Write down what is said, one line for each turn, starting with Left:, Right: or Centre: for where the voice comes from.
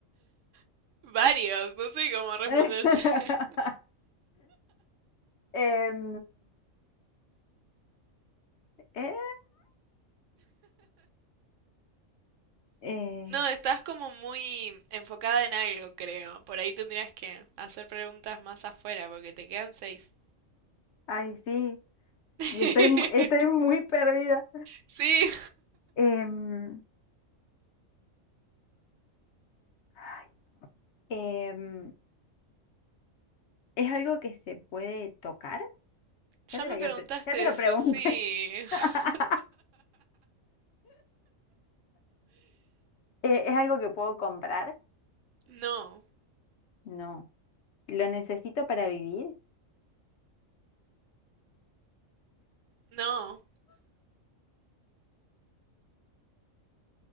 Right: <laughs> Varios, no sé cómo responderte.
Left: <laughs>
Right: <laughs>
Left: Em, eh, eh,
Right: No, estás como muy enfocada en algo, creo. Por ahí tendrías que hacer preguntas más afuera, porque te quedan seis.
Left: ay, sí,
Right: <laughs>
Left: y estoy, mu- estoy muy perdida.
Right: Sí,
Left: Em, ay, em, ¿es algo que se puede tocar?
Right: Ya
Left: Ya te
Right: me
Left: lo había
Right: preguntaste
Left: pre- ya te lo
Right: eso,
Left: pregunté.
Right: sí. <laughs>
Left: <laughs> Eh, ¿es algo que puedo comprar?
Right: No,
Left: No. ¿Lo necesito para vivir?
Right: no.